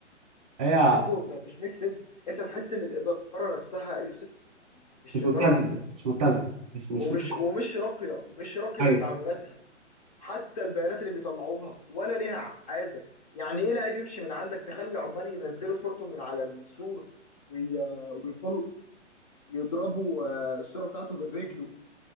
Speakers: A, on the right; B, on the left.
A: هي
B: ده برضه م- مش ميك سنس انت تحس ان الاداره نفسها يا يوسف مش
A: مش
B: اداره
A: متزنه
B: راقيه
A: مش متزنه مش مش
B: ومش
A: نفس-
B: ومش راقيه مش راقيه
A: ايوه
B: في تعاملاتها حتى البيانات اللي بيطلعوها ولا ليها عازه يعني ايه لاعب يمشي من عندك تخلي عمال ينزلوا صورته من على السور وي- ويفضلوا يضربوا آه، الصوره بتاعته بالرجل